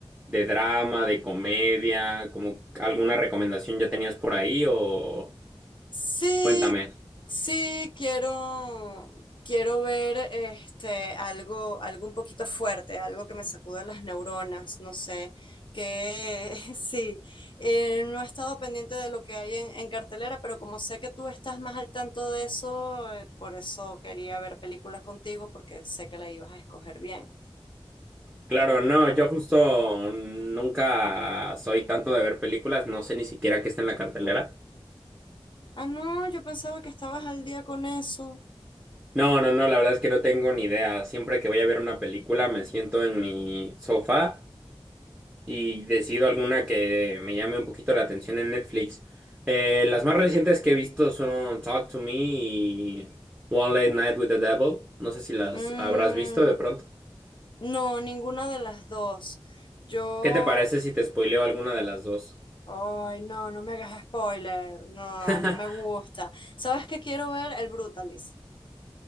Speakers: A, on the right; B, on the left.
A: de drama, de comedia? Como alguna recomendación ya tenías por ahí o
B: Sí,
A: cuéntame.
B: sí, quiero, quiero ver este algo, algo un poquito fuerte, algo que me sacuda las neuronas, no sé, que <laughs> sí, eh, no he estado pendiente de lo que hay en, en cartelera, pero como sé que tú estás más al tanto de eso, eh, por eso quería ver películas contigo, porque sé que la ibas a escoger bien.
A: Claro, no, yo justo nunca soy tanto de ver películas, no sé ni siquiera qué está en la cartelera.
B: Ah, no, yo pensaba que estabas al día con eso.
A: No, no, no, la verdad es que no tengo ni idea. Siempre que voy a ver una película me siento en mi sofá. y decido alguna que me llame un poquito la atención en Netflix. Eh, las más recientes que he visto son Talk to Me y One Late Night with the Devil. No sé si las
B: Mm,
A: habrás visto de pronto.
B: no, ninguna de las dos. Yo
A: ¿Qué te parece si te spoileo alguna de las dos?
B: Ay, no, no me hagas spoiler. No,
A: <laughs>
B: no me gusta. ¿Sabes qué quiero ver? El Brutalist.